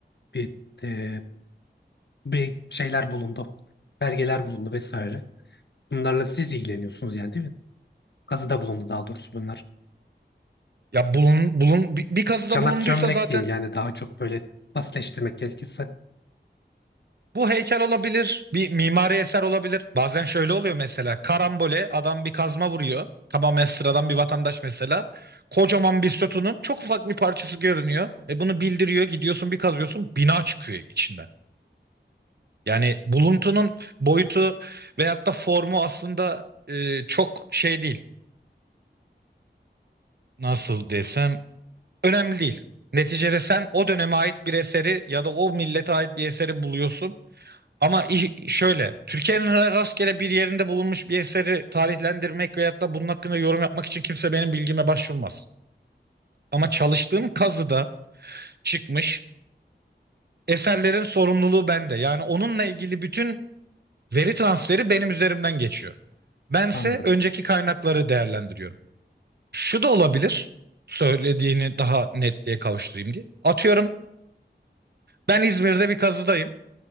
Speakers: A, on the left (about 65°); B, on the right (about 60°).
A: bir, e, bir şeyler bulundu. Belgeler bulundu vesaire. Bunlarla siz ilgileniyorsunuz yani değil mi? Kazıda bulundu daha doğrusu bunlar.
B: Ya bulun, bulun bir, bir kazıda
A: Çanak
B: bulunduysa
A: çömlek
B: zaten
A: diyeyim yani daha çok böyle basitleştirmek gerekirse.
B: bu heykel olabilir, bir mimari eser olabilir. Bazen şöyle oluyor mesela karambole adam bir kazma vuruyor. Tamamen sıradan bir vatandaş mesela. Kocaman bir sütunun çok ufak bir parçası görünüyor. E bunu bildiriyor gidiyorsun bir kazıyorsun bina çıkıyor içinden. Yani buluntunun boyutu veyahut da formu aslında e, çok şey değil. Nasıl desem önemli değil. Neticede sen o döneme ait bir eseri ya da o millete ait bir eseri buluyorsun. Ama i- şöyle Türkiye'nin rastgele bir yerinde bulunmuş bir eseri tarihlendirmek veyahut da bunun hakkında yorum yapmak için kimse benim bilgime başvurmaz. Ama çalıştığım kazıda çıkmış eserlerin sorumluluğu bende. Yani onunla ilgili bütün veri transferi benim üzerimden geçiyor. Bense
A: Anladım.
B: önceki kaynakları değerlendiriyorum. Şu da olabilir. Söylediğini daha netliğe kavuşturayım diye. Atıyorum ben İzmir'de bir kazıdayım.